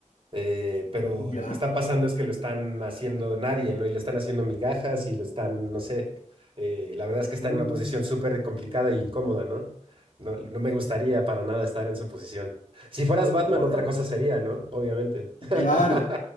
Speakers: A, on the right; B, on the left.
A: Eh, pero
B: ¿Ya?
A: lo que está pasando es que lo están haciendo nadie, ¿no? Y le están haciendo migajas y lo están, no sé, eh, la verdad es que está
B: Uh,
A: en una posición súper complicada e incómoda, ¿no? No, no me gustaría para nada estar en su posición. Si fueras Batman,
B: no, además.
A: otra cosa sería, ¿no? Obviamente. <laughs>
B: Claro.